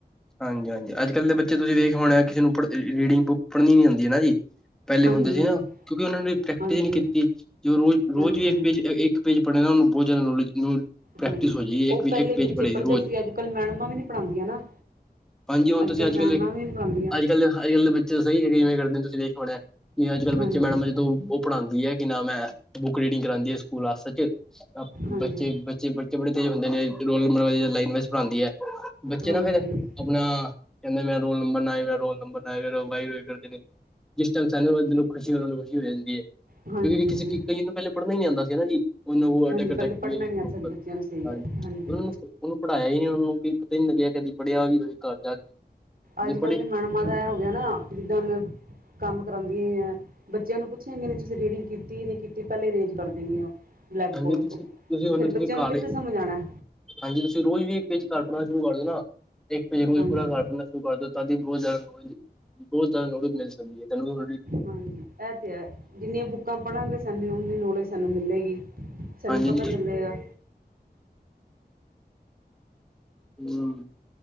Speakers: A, in the centre; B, on the right.
A: ਹਾਂਜੀ-ਹਾਂਜੀ, ਅੱਜ ਕੱਲ੍ਹ ਦੇ ਬੱਚੇ ਤੁਸੀਂ ਵੇਖ ਹੋਣਾ ਕਿਸੇ ਨੂੰ ਪੜ ਰੀ-ਰੀ-ਰੀਡਿੰਗ ਬੁੱਕ ਪੜ੍ਹਨੀ ਨੀ ਆਂਦੀ, ਹੈ ਨਾ ਜੀ? ਪਹਿਲੇ
B: ਹਾਂਜੀ
A: ਹੁੰਦੇ ਸੀ
B: ਹਾਂਜੀ
A: ਨਾ ਕਿਉਂਕਿ ਉਹਨਾਂ ਨੇ ਪ੍ਰੈਕਟਿਸ
B: ਹਾਂਜੀ
A: ਹੀ ਨਹੀਂ ਕੀਤੀ, ਜੋ ਰੋਜ਼ ਰੋਜ਼
B: ਹਾਂਜੀ
A: ਵੀ
B: ਹਾਂਜੀ
A: ਇੱਕ ਪੈਜ ਅ ਅ ਇਕ ਪੇਜ ਪੜੇ ਨਾ ਉਹਨੂੰ ਬਹੁਤ ਜ਼ਿਆਦਾ ਨਲੇਜ ਪ੍ਰੈਕਟਿਸ
B: ਹਾਂਜੀ
A: ਹੋ ਜਾਏਗੀ
B: ਉਹ ਪਹਿਲੇ
A: ਇੱਕ ਪੇਜ
B: ਬੱਚੇ
A: ਪੜੇ।
B: ਪੜ੍ਹਦੇ ਸੀ ਅੱਜ ਕੱਲ੍ਹ ਮੈਡਮ ਵੀ ਪੜ੍ਹਾਂਦੀਆਂ ਨਾ।
A: ਹਾਂਜੀ, ਹੁਣ ਤੁਸੀਂ
B: ਕੱਲ੍ਹ
A: ਅੱਜ ਕੱਲ
B: ਮੈਡਮਾਂ ਵੀ ਨਹੀਂ ਪੜ੍ਹਾਉਂਦੀਆਂ
A: ਅੱਜ ਕੱਲ੍ਹ ਦੇ ਅੱਜ ਕੱਲ ਦੇ ਸਹੀ ਕਿਵੇਂ ਕਰਦੇ ਹੋ ਤੁਸੀਂ ਦੇਖ ਹੋਣਾ, ਜਿਵੇਂ ਅੱਜ ਕੱਲ ਬੱਚੇ
B: ਹਾਂਜੀ
A: ਮੈਡਮ ਜਦੋਂ ਪੜਾਂਦੀ ਹੈ ਕਿ ਨਾ ਮੈਂ, ਬੁੱਕ ਰੀਡਿੰਗ ਕਰਾਂਉਦੀ ਹੈ ਸਕੂਲਸ ਬੱਚੇ
B: ਹਾਂਜੀ
A: ਬੱਚੇ ਬੱਚੇ ਬੜੇ ਤੇਜ਼ ਹੁੰਦੇ ਨੇ, ਰੋਲ ਨੰਬਰ ਵਾਇਜ਼ ਯਾ ਲਾਈਨ ਵਾਇਜ਼ ਪੜਾਂਦੀ ਐ, ਬੱਚੇ
B: ਹਾਂਜੀ
A: ਨਾ ਫੇਰ
B: ਹਾਂਜੀ
A: ਆਪਣਾ ਕਹਿੰਦੇ, ਮੈਂ ਰੋਲ ਨੰਬਰ ਨਾਇਣ ਮੇਰਾ ਰੋਲ ਨੰਬਰ ਨਾਇਣ <unintelligible> ਜਿਸ ਟਾਈਮ ਸਾਨੂੰ ਖੁਸ਼ੀ ਹੋ <unintelligible> ਨੂੰ ਖੁਸ਼ੀ ਹੋ ਜਾਂਦੀ ਹੈ,
B: ਹਾਂਜੀ
A: ਕਿਉਂਕਿ ਵੀ
B: ਹਾਂਜੀ
A: ਕਿਸੇ ਕਈਆਂ ਨੂੰ ਪਹਿਲੇ ਪੜਨਾ ਨੀ ਆਉਂਦਾ ਸੀ ਹਨਾ ਜੀ। ਉਹ ਨਾ ਉਹ
B: ਹਾਂਜੀ
A: ਅਟਕ-
B: ਪਹਿਲੇ
A: ਅਟਕ ਕੀਤੀ
B: ਪੜ੍ਹਨਾ ਨਹੀਂ
A: <unintelligible>
B: ਆਉਂਦਾ ਬੱਚਿਆਂ ਨੂੰ ਸਹੀ
A: ਹਾਂ।
B: ਗੱਲ ਹਾਂਜੀ
A: ਉਹਨੂੰ ਪੜਾਇਆ ਹੀ ਨਹੀ ਉਹਨੂੰ ਪਤਾ ਨੀ ਲੱਗਿਆ ਕਦੀ ਪੜ੍ਹਿਆ ਵੀ ਹੋਵੇ ਘਰ ਜਾ ਕੇ।
B: ਅੱਜ-ਕੱਲ੍ਹ
A: ਜੇ ਪੜ੍ਹੇ
B: ਤੇ ਮੈਡਮਾਂ ਦਾ ਏ ਹੋ ਗਿਆ ਨਾ ਜਿੱਦਾਂ ਕੰਮ ਕਰਾਉਂਦੀਆਂ ਈ ਏ। ਬੱਚਿਆਂ ਨੂੰ ਪੁੱਛਣ ਗੀਆਂ <unintelligible> ਹੀ ਨਹੀਂ ਤੁਸੀਂ ਰੀਡਿੰਗ ਕੀਤੀ ਜਾ ਨਈ ਕੀਤੀ ਪਹਿਲਾਂ ਰੀਡ ਕਰ ਦੇਣਗੀਆਂ ਉਹ। ਬਲੈਕ-
A: ਹਾਂਜੀ
B: ਬੋਰਡ
A: ਤੁਸੀਂ
B: ਤੋਂ।
A: ਤੁਸੀਂ ਹੁਣ
B: ਫਿਰ
A: ਤੁਸੀਂ
B: ਬੱਚਿਆਂ ਨੂੰ
A: ਘਰ
B: ਕਿੱਥੇ ਸਮਝ ਆਣਾ?
A: ਹਾਂਜੀ ਤੁਸੀਂ ਰੋਜ਼ ਵੀ ਇੱਕ ਪੇਜ ਕਰਦਨਾ ਸ਼ੁਰੂ ਕਰ ਦੇ ਨਾ ਤੇ ਇੱਕ ਪੇਜ ਰੋਜ਼
B: ਹਾਂਜੀ
A: ਪੂਰਾ ਕਰਦੋ। ਤੋਂ ਬਾਅਦ ਤਾਂ ਜੀ ਬਹੁਤ ਜ਼ਿਆਦਾ, ਬਹੁਤ ਜ਼ਿਆਦਾ ਨੋਲਜ ਮਿਲ ਸਕਦੀ ਹੈ ਤੈਨੂੰ
B: ਹਾਂਜੀ ਇਹ ਤੇ ਹੈ, ਜਿੰਨੀਆਂ ਬੁੱਕਾਂ ਪੜਾਂਗੇ ਸਾਨੂੰ ਉਓਨੀ ਨੌਲੇਜ ਸਾਨੂੰ ਮਿਲੇਗੀ। ਸਾਨੂੰ
A: ਹਾਂਜੀ
B: ਪਤਾ ਚੱਲੇਗਾ।
A: ਹੂੰ